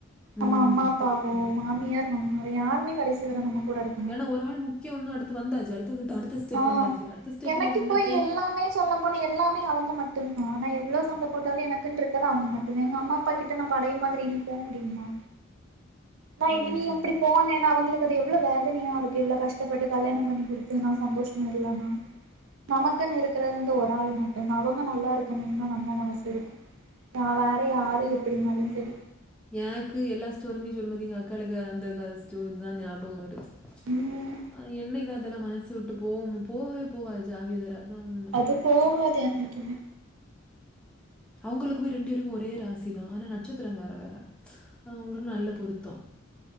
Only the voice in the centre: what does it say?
ம்.
ஏனா ஒரு ஆள் முக்கியோனு அடுத்து வந்தாச்சு அடுத்தக்கட்ட அடுத்த ஸ்டெப்
வந்தாச்சு. அடுத்த ஸ்டெப்ல
நின்னுட்டு
ம்.
எனக்கு எல்லா ஸ்டோரியு நீ சொல்லும்போது எங்க அக்காளுங்க அந்த கத ஸ்டோர் இதா ஞாபகோ வருது
ஆ என்னைக்கு அதலா மனசு விட்டு போம் போகவே போவாது ஜாவியதரா அதாம்
அவ்ங்களுக்குமே ரெண்டு வேருக்கு ஒரே ராசிதா ஆனா நட்சத்திர வேற வேற அப்ப அவ்ங்களுக்கு நல்ல பொருத்தோ